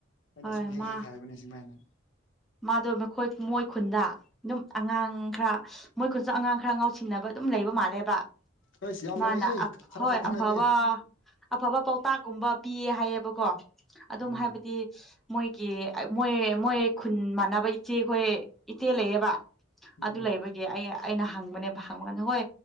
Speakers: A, on the left; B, in the centre.
A: ꯑꯩꯅ
B: ꯍꯣꯏ
A: ꯁꯨꯝ ꯍꯦꯛ
B: ꯃꯥ
A: ꯍꯦꯛ ꯍꯥꯏꯕꯅꯤ ꯁꯨꯃꯥꯏꯅ
B: ꯃꯥꯗꯣ ꯃꯈꯣꯏ ꯃꯣꯏ ꯈꯨꯟꯗ ꯑꯗꯨꯝ ꯑꯉꯥꯡ ꯈꯔ ꯃꯣꯏ ꯈꯨꯟꯁꯨ ꯑꯉꯥꯡ ꯈꯔ ꯉꯥꯎꯁꯤꯟꯅꯕ ꯑꯗꯨꯝ ꯂꯩꯕ ꯃꯥꯜꯂꯦꯕ
A: ꯑꯩꯁ ꯌꯥꯝ
B: ꯃꯥꯅꯥ
A: ꯂꯩꯍꯦ ꯈꯔ
B: ꯍꯣꯏ
A: ꯈꯛꯇ
B: ꯑꯐꯕ
A: ꯅꯠꯇꯦ
B: ꯑꯐꯕ ꯄꯥꯎꯇꯥꯛꯒꯨꯝꯕ ꯄꯤꯌꯦ ꯍꯥꯏꯌꯦꯕꯀꯣ ꯑꯗꯨꯝ
A: ꯎꯝ
B: ꯍꯥꯏꯕꯗꯤ ꯃꯣꯏꯒꯤ ꯃꯣꯏ ꯃꯣꯏ ꯈꯨꯟ ꯃꯥꯟꯅꯕ ꯏꯆꯦꯈꯣꯏ ꯏꯆꯦ ꯂꯩꯌꯦꯕ
A: ꯎꯝ
B: ꯑꯗꯨ ꯂꯩꯕꯒꯤ ꯑꯩ ꯑꯩꯅ ꯍꯪꯕꯅꯦꯕ ꯍꯪꯕꯒꯥꯟꯗ ꯍꯣꯏ